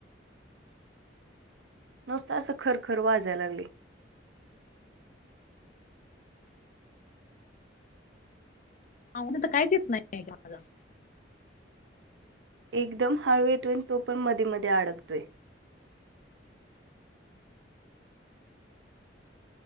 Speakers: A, on the right (about 75°); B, on the left (about 45°).
A: नुसतं असं खरखर वाजयला लागले.
B: आवाज काहीच नाही का माझा.
A: एकदम हळू येतोय आणि तो पण मध्ये मध्ये अडकतोय.